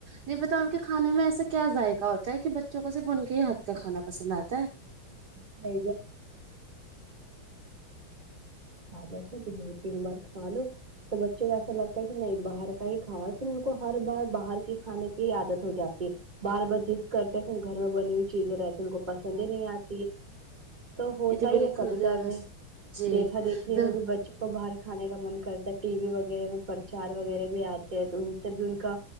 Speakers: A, on the right (about 60°); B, on the right (about 25°).
A: نہیں بتاؤ ان کے کھانے میں ایسا کیا ذائقہ ہوتا ہے کہ بچوں کو صرف ان کے ہی ہاتھ کا کھانا پسند آتا ہے <inaudible> <inaudible>
B: <unintelligible> <unintelligible> کھا لیتا کہ دو تین بار کھا لو تو بچوں کو ایسا لگتا ہے کہ نہیں باہر <unintelligible> صحی کہا پھر ان کو ہر بار باہر کے کھانے کی عادت ہو جاتی ہے بار بار جد کرتے ہیں گھر میں بنی ہوئی چیزیں رہتی ہیں ان کو پسند ہی نہیں آتی <unintelligible> تو ہوتا
A: یہ
B: ہی
A: بالکل
B: ہے کبھی
A: درست-
B: کبھی
A: جی یہ
B: دیکھا دیکھی
A: تو
B: میں بھی بچوں کو باہر کھانے کا من کرتا ہے ٹی وی وغیرہ میں پرچار وغیرہ بھی آتے ہیں تو ان سے بھی ان کا